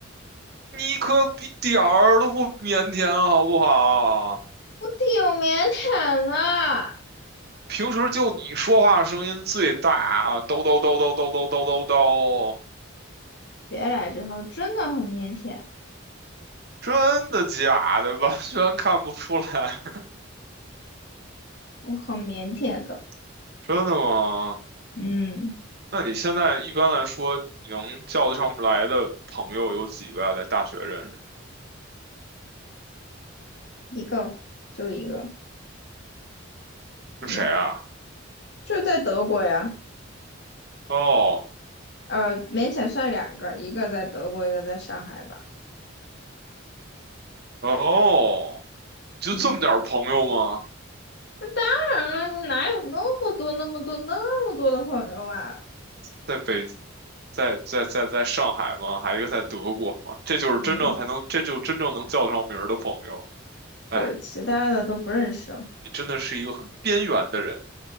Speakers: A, on the right (about 50°); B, on the left (about 55°).
A: 你可比点儿都不腼腆，好不好？
B: 我挺腼腆的，
A: 平时就你说话声音最大啊，叨叨叨叨叨叨叨叨叨，
B: 别来这套，真的很腼腆，
A: 真的假的？完全看不出来，
B: 我很腼腆的。
A: <laughs> 真的吗？
B: 嗯，
A: 那你现在一般来说，你能叫得上来的朋友有几个啊在大学认识的？
B: 一个就一个，
A: 是谁啊？
B: 嗯，就在德国呀。
A: 哦
B: 呃，勉强算两个，一个在德国，一个在上海吧。
A: 哦，就这么点儿朋友吗？
B: 嗯，当然了，你哪有那么多、那么多、那么多的朋友啊？
A: 在北，在在在在上海吗？还有一个在德国吗？这就是真正才能，
B: 嗯，
A: 这就真正能叫得上名儿的朋友。
B: 对，
A: 哎，
B: 其他的都不认识。
A: 你真的是一个很边缘的人。